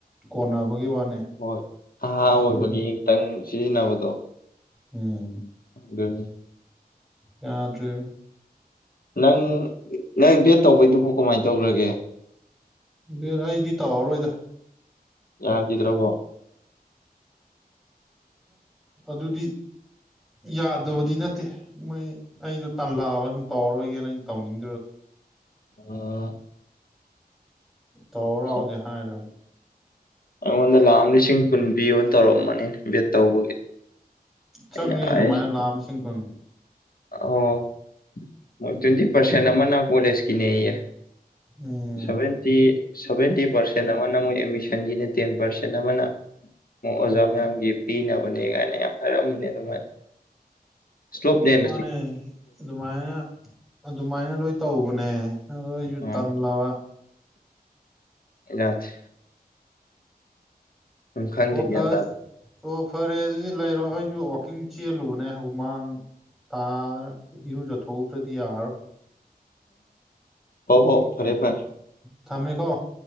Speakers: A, in the centre; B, on the left.
A: ꯀꯣꯟꯅꯕꯒꯤ ꯋꯥꯅꯦ
B: ꯍꯣꯏ ꯑꯍꯥ ꯑꯣꯏꯕꯒꯤ
A: ꯁꯤꯅꯤ
B: ꯈꯤꯇꯪ ꯁꯤꯖꯤꯟꯅꯕꯗꯣ
A: ꯎꯝ
B: ꯈꯪꯗꯦꯅꯦ
A: ꯌꯥꯗ꯭ꯔꯦ
B: ꯅꯪ ꯅꯪ ꯕꯦꯠ ꯇꯧꯕꯩꯗꯨꯕꯨ ꯀꯃꯥꯏ ꯇꯧꯒꯔꯒꯦ
A: ꯕꯦꯠ ꯑꯩꯗꯤ ꯇꯧꯔꯔꯣꯏꯗ
B: ꯌꯥꯒꯤꯗ꯭ꯔꯕꯣ
A: ꯑꯗꯨꯗꯤ ꯌꯥꯗꯕꯗꯤ ꯅꯠꯇꯦ ꯃꯣꯏ ꯑꯩꯗꯣ ꯇꯥꯟꯂꯛꯑꯕ ꯁꯨꯝ ꯇꯧꯔꯔꯣꯏꯒꯦꯅ ꯑꯩꯅ ꯇꯧꯅꯤꯡ
B: ꯑꯥ
A: ꯇꯧꯔꯥꯎꯗꯤ
B: ꯑꯆꯥ
A: ꯍꯥꯏꯔꯝꯅꯦ
B: ꯑꯩꯉꯣꯟꯗ ꯂꯥꯈ ꯑꯃ ꯂꯤꯁꯤꯡ ꯀꯨꯟ ꯄꯤꯌꯣ ꯇꯧꯔꯝꯃꯅꯤ ꯚꯦꯠ ꯇꯧꯕꯒꯤ
A: ꯆꯪꯉꯦ
B: ꯑꯩꯅ
A: ꯑꯗꯨꯃꯥꯏꯅ
B: ꯑꯩꯁ
A: ꯂꯥꯈꯑꯃ ꯂꯤꯁꯤꯡ ꯀꯨꯟ
B: ꯑꯣ ꯇ꯭ꯨꯋꯦꯟꯇꯤ ꯄꯥꯔꯁꯦꯟ ꯑꯃꯅ ꯀꯣꯂꯦꯖꯀꯤꯅꯦꯌꯦ
A: ꯎꯝ
B: ꯁꯚꯦꯟꯇꯤ ꯁꯚꯦꯟꯇꯤ ꯄꯥꯔꯁꯦꯟ ꯑꯃꯅ ꯃꯣꯏ ꯑꯦꯗꯃꯤꯁꯟꯒꯤꯅꯦ ꯇꯦꯟ ꯄꯥꯔꯁꯦꯟ ꯑꯃꯅ ꯑꯣꯖꯥ ꯃꯌꯥꯝꯒꯤ ꯄꯤꯅꯕꯅꯦ ꯀꯥꯏꯅ ꯌꯥꯝ ꯍꯥꯏꯔꯝꯕꯅꯦ ꯑꯗꯨꯃꯣꯏꯅ ꯁ꯭ꯂꯣꯞ ꯂꯦꯟ
A: ꯃꯅꯦ ꯑꯗꯨꯃꯥꯏꯅ ꯑꯗꯨꯃꯥꯏꯅ ꯂꯣꯏ ꯇꯧꯕꯅꯦ ꯑꯗꯨ ꯑꯩꯖꯨ
B: ꯎꯝ
A: ꯇꯜꯂꯕ
B: <unintelligible> ꯎꯝ ꯈꯪꯗꯦ
A: ꯑꯣ
B: ꯒ꯭ꯌꯥꯟ
A: ꯐꯥꯔꯦ
B: ꯇꯥꯗꯦ
A: ꯑꯣ ꯐꯔꯦ ꯑꯗꯨꯗꯤ ꯂꯩꯔꯣ ꯑꯩꯖꯨ ꯋꯥꯀꯤꯡ ꯆꯦꯜꯂꯨꯕꯅꯦ ꯍꯨꯃꯥꯡ ꯇꯥꯗꯅ ꯏꯔꯨꯖꯊꯣꯛꯎꯗ꯭ꯔꯗꯤ ꯌꯥꯔꯔꯣꯏ
B: ꯍꯣꯏ ꯍꯣꯏ ꯐꯔꯦ ꯐꯔꯦ
A: ꯊꯝꯃꯦꯀꯣ